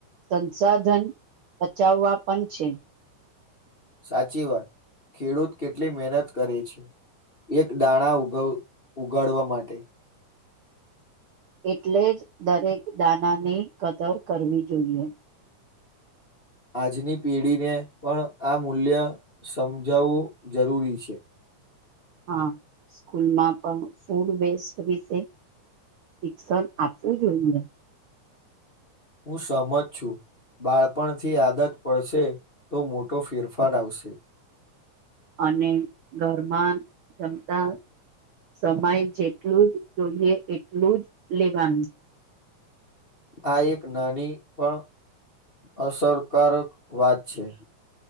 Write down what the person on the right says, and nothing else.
સંસાધન બચાવવા પણ છે.
એટલે જ દરેક દાના ની કદર કરવી જોઈએ.
હા, સ્કૂલમાં પણ ફૂડ વેસ્ટ વિશે શિક્ષણ આપવું જોઈએ.
અને ઘરમાં જમતા સમય જેટલું જ જોઈએ એટલું જ લેવાનું.